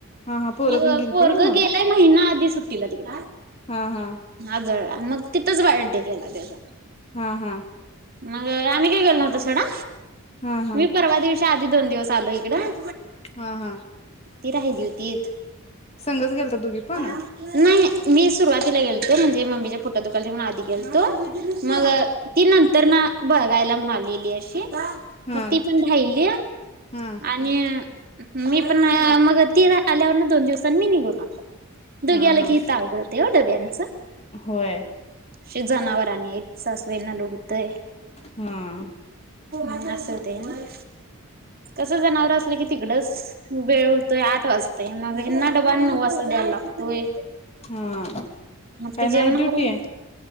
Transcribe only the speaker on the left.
हा हा पोरं
पण गेलती
होय मग
हा हा
हा हा
हा हा
हा, हा.
संघच गेलता दोघी पण
हा
हा
हा
हा
हा
हा
होय
हा
हा
काय
नाईट
ड्युटी
आहे